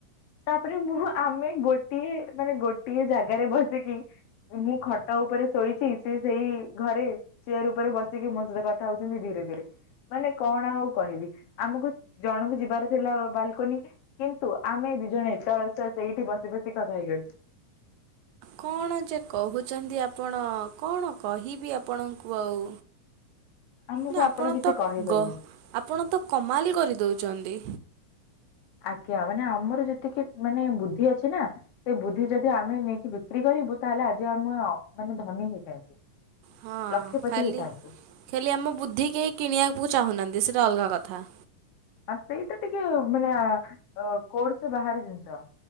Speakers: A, on the left; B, on the right.
A: ତାପରେ ମୁ ଆମେ ଗୋଟିଏ ମାନେ ଗୋଟିଏ ଜାଗାରେ ବସିକି ମୁଁ ଖଟ ଉପରେ ଶୋଇଚି ସେ ସେଇ ଘରେ ଚେୟାର ଉପରେ ବସିକି ମୋ ସହିତ କଥା ହଉଛନ୍ତି ଧୀରେ ଧୀରେ। ମାନେ କଣ ଆଉ କହିବି ଆମକୁ ଜଣକୁ ଯିବାର ଥିଲା ବାଲକୁନି। କିନ୍ତୁ ଆମେ ଦି ଜଣ ଏତେ ଅଳସୁଆ ସେଇଠି ବସି ବସି କଥା ହେଇଗଲୁ।
B: କଣ ଯେ କହୁଛନ୍ତି ଆପଣ କଣ କହିବି ଆପଣଙ୍କୁ ଆଉ
A: ଆମକୁ
B: ନା ଆପଣ
A: କିଛି
B: ତ
A: କହିପାରିବେନି।
B: ଗ ଆପଣ ତ କମାଲ ହି କରିଦଉଚନ୍ତି।
A: ଆଜ୍ଞା ମାନେ ଆମର ଯେତିକି ମାନେ ବୁଦ୍ଧି ଅଛି ନା ସେ ବୁଦ୍ଧି ଯଦି ଆମେ ନେଇକି ବିକ୍ରି କରିବୁ ତାହେଲେ ଆଜି ଆମ ମାନେ ଧନୀ ହେଇଥାନ୍ତୁ।
B: ହଁ
A: ଲକ୍ଷପତି
B: ଖାଲି
A: ହେଇଥାନ୍ତୁ।
B: ଖାଲି ଆମ ବୁଦ୍ଧି କେହି କିଣିବାକୁ ଚାହୁଁନାହାନ୍ତି ସେଇଟା ଅଲଗା କଥା।
A: ଆ ସେଇ ତ ଟିକେ ମାନେ କୋଡଶ ବାହରେ ଜିନିଷ।